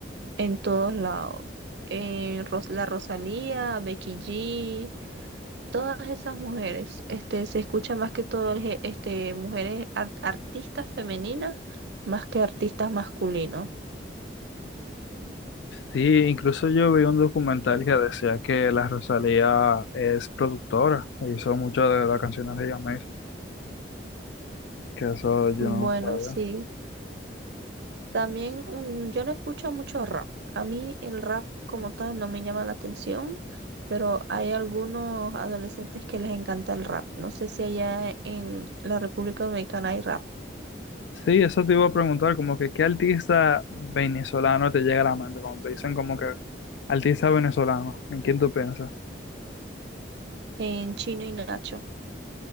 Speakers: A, on the right (about 65°); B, on the left (about 70°).
A: en todos lados. Eh, Ros- la Rosalía, Becky G, todas esas mujeres, este, se escucha más que todo el ge- este, mujeres ar- artistas femeninas más que artistas masculinos.
B: Sí, incluso yo vi un documental que decía que la Rosalía es productora e hizo muchas de las canciones de ella misma, que eso yo
A: Bueno,
B: no lo sabía.
A: sí. También un- yo no escucho mucho rap. A mí el rap como tal no me llama la atención, pero hay algunos adolescentes que les encanta el rap. No sé si allá en la República Dominicana hay rap.
B: Sí, eso te iba a preguntar, como que qué artista venezolano te llega a la mente cuando te dicen como que artista venezolano, ¿en quién tú piensas?
A: En Chino y Nacho.